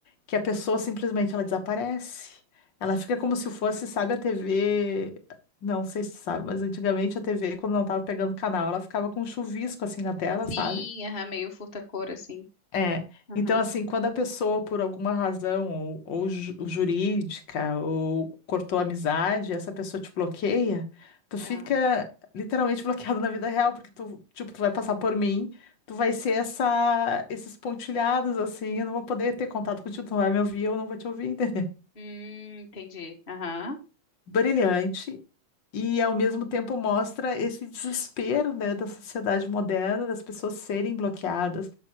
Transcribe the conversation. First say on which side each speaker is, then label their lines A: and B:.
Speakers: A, on the left (about 60°); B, on the left (about 25°).
A: que a pessoa simplesmente ela desaparece. Ela fica como se fosse, sabe, a TV. Não sei se tu sabe, mas antigamente a TV, quando não tava pegando canal, ela ficava com um chuvisco assim na tela,
B: Sim,
A: sabe?
B: aham, meio furta-cor assim.
A: É,
B: Aham,
A: então assim, quando a pessoa, por alguma razão, ou, ou ju- jurídica, ou cortou a amizade, essa pessoa te bloqueia, tu fica
B: tá.
A: literalmente <laughs> bloqueado na vida real, porque tu, tipo, tu vai passar por mim, tu vai ser essa, esses pontilhados, assim, eu não vou poder ter contato contigo, tu não vai me ouvir, eu não vou te ouvir, <laughs> entendeu?
B: Hum, entendi. Aham.
A: Brilhante e ao mesmo tempo mostra esse desespero, né, da sociedade moderna, das pessoas serem bloqueadas,